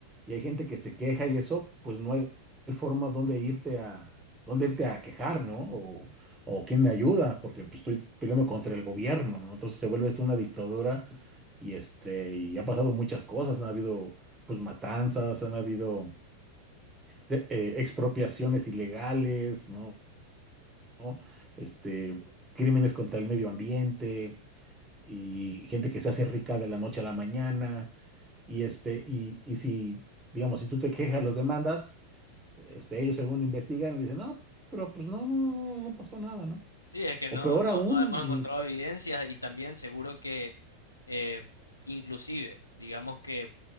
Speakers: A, on the right; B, on the left.
A: y hay gente que se queja y eso, pues no hay forma donde irte a, donde irte a quejar, ¿no? O, o quién me ayuda, porque pues, estoy peleando contra el gobierno, ¿no? Entonces se vuelve esto una dictadura y este, y ha pasado muchas cosas, han habido pues matanzas, han habido de- eh, expropiaciones ilegales, ¿no? ¿no? Este, crímenes contra el medio ambiente, y gente que se hace rica de la noche a la mañana, y este, y, y si, digamos, si tú te quejas, los demandas, este, ellos según investigan y dicen, no, pero pues no, no, no, no no, no, no pasó nada, ¿no?
B: Sí, es que
A: O
B: no,
A: peor
B: no,
A: aún,
B: no hemos encontrado evidencias y también seguro que eh, inclusive, digamos que